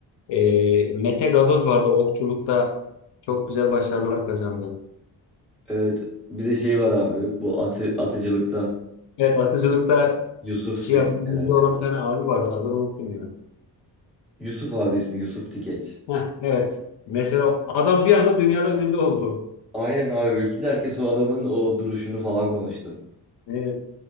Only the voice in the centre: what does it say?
Evet bir de şey var abi bu atı, atıcılıkta
Yusuf
Yusuf'tu
herhalde.
Yusuf abi ismi Yusuf Tikeç.
Aynen abi bütün herkes o adamın o duruşunu falan konuştu.